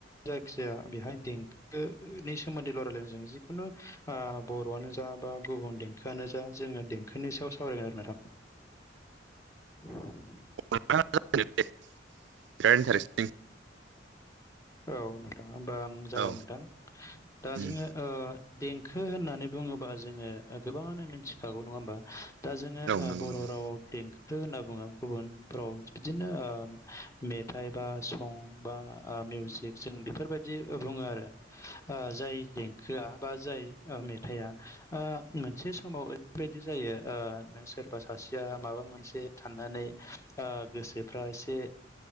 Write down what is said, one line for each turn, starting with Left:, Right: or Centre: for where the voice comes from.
Left: जायखिजाया बेहाय देंखो नि सोमोन्दै र रायलायनाय जों जिखुनु बर'आनो जा बा गुबुन देंखोआनो जा जोङो देंखो खोननो सायाव सावरायगोन आरो नोंथां <inaudible>
Right: <unintelligible>
Left: औ नोंथां होमबा आं जागाय
Right: औ
Left: नोंथां दा
Right: उम
Left: जोङो देंखो होननानै बुङोबा जोङो गोबाङानो मिथिखागौ नङा होमबा दा जोङो
Right: औ नंगौ
Left: बर'
Right: नोंथां
Left: रावाव देंखो होनना बुङो गुबुनफोराव बिदिनो मेथाइ बा सं बा मिउसिक सिक्स जों बेफोरबायदि बुङो आरो जाय देंखोआ बा जाय मेथाइआ मोनसे समाव बेबायदि जायो नों सोरबा सासेया माबा मोनसे साननानै गोसो फ्रा एसे